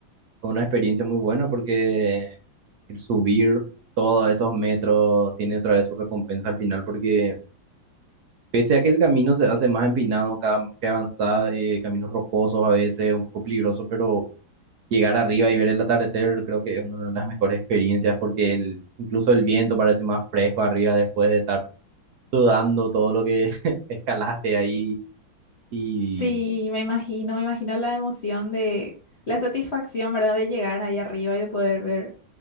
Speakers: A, on the right; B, on the left.
A: fue una experiencia muy buena porque el subir todos esos metros tiene otra vez su recompensa al final porque pese a que el camino se hace más empinado, cada que avanza, eh, caminos rocosos a veces, un poco peligroso, pero llegar arriba y ver el atardecer creo que es una de las mejores experiencias porque el, incluso el viento parece más fresco arriba después de estar sudando todo lo que <laughs> escalaste ahí y
B: Sí, me imagino, me imagino la emoción de la satisfacción, ¿verdad? De llegar ahí arriba y de poder ver